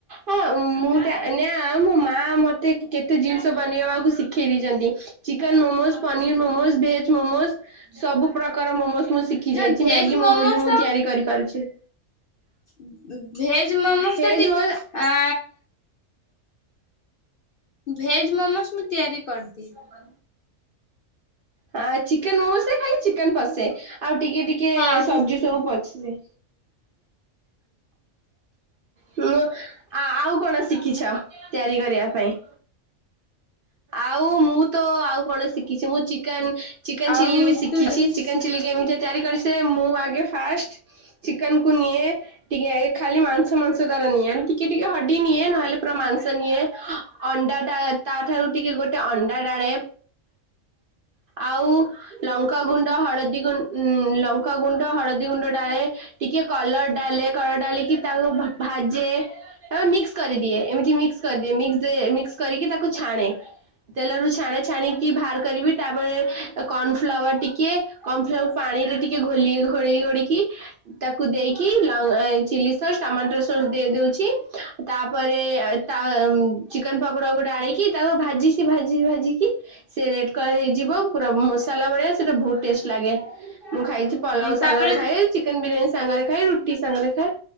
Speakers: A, on the right; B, on the left.
A: ହଁ ମୁଁ ଟା ନା ମୋ ମା ମୋତେ କେତେ ଜିନିଷ ବନେଇ ବାକୁ ଶିଖେଇ ଦେଇଚନ୍ତି। ଚିକେନ୍ ମୋମୋଶ୍, ପନିର୍ ମୋମୋଶ୍ ସବୁ ପ୍ରକାର ମୋମୋଶ୍ ମୁଁ ଶି ଖି
B: ନା
A: ଯାଇଛି।
B: ଭେଜ
A: ମ୍ୟାଗି
B: ମୋମୋସ୍
A: ମୋମୋଜ୍ ବି ମୁଁ ତିଆରି କରିପାରୁଛି।
B: ଉଁ, ଭେଜ୍ ମୋମୋଶ୍
A: ଭେଜ
B: ଟା ଟିକେ
A: ମୋ
B: ଆ, ଭେଜ୍ ମୋମୋଶ୍ ମୁଁ ତିଆରି କରିଦିଏ।
A: କନ ହଁ ଚିକେନ୍ ମୋମୋଶ୍ ରେ ଖାଲି ଚିକେନ୍ ପସେ। ଆଉ ଟିକେ ଟିକେ
B: ହଁ
A: ସବଜି
B: ଯେ
A: ସବୁ ପଛ ସେ ମୁଁ, ଆ, ଆଉ କଣ ଶିଖିଛ ତିଆରି କରିବା ପାଇଁ? ଆଉ ମୁଁ ତ ଆଉ କଣ ଶିଖିଛି। ମୁଁ ଚି କେନ୍ ଚିକେନ୍
B: ଆଉ
A: ଚିଲି ବି ଶିଖିଛି।
B: ତୁ ତ କିଛି
A: ଚିକେନ୍
B: ଶିଖି
A: ଚିଲି କେମିତି ତିଆରି କରି ଶି ସେ ମୁଁ ଆଗେ ଫାଷ୍ଟ ଚିକେନ୍ କୁ ନିଏ, ଟିକେ ଏଇ ଖାଲି ମାଂସ ସବୁ ମାଂସ ତାର ନିଏ ଟିକେ ଟିକେ ହଡ଼ି ନିଏ ନହେଲେ ପରା ମାଂସ ନିଏ। ଅଣ୍ଡା ଟା ତା ଠାରୁ ଟିକେ ଗୋଟେ ଅଣ୍ଡା ଡାଳେ ଆଉ ଲଙ୍କାଗୁଣ୍ଡ, ହଳଦିଗୁ ଲଙ୍କାଗୁଣ୍ଡ, ହଳଦିଗୁଣ୍ଡ ଡାଳେ ଟିକେ କଲର ଡାଲେ କଲର ଡାଲିକି ତାକୁ ଭାଜେ। ଆ ମିକ୍ସ କରିଦିଏ ଏମିତି ମିକ୍ସ କରିଦିଏ ମିକ୍ସ କରିକି ତାକୁ ଛାଣେ। ତେଲ ରୁ ଛାଣେ ଛାଣିକି ବାହାର କରିବି ତାପରେ କନ୍ ଫ୍ଲାୱାର୍ ଟିକେ କନ୍ ଫ୍ଲାୱାର୍ ପାଣି ରେ ଟିକେ ଘୋଲି ଘୋଡେଇ ଘୋଡ଼ିକି ତାକୁ ଦେଇକି ଲ ଏ ଚିଲି ସକ୍ସ, ଟମାଟୋ ସକ୍ସ ଦେଇ ଦୋଉଛି। ତାପରେ ତା ଚିକେନ୍ ପକୋଡ଼ା ଗୁଡ଼ା ଆଣିକି ତାକୁ ଭାଜି ସି ଭାଜି ଭାଜିିକି। ସେ ରେଡ୍ କଲର ହେଇଯିବ ପୁରା ମସଲା ଭଳିଆ ସେଟା ବହୁତ ଟେଷ୍ଟ ଲାଗେ। ମୁଁ ଖାଇଛି ପଲାଓ
B: ତାପରେ
A: ସାଙ୍ଗରେ ଖାଏ ଚିକେନ୍ ବିରିୟାନୀ ସାଙ୍ଗରେ ଖାଏ ରୁଟି ସାଙ୍ଗରେ ଖାଏ।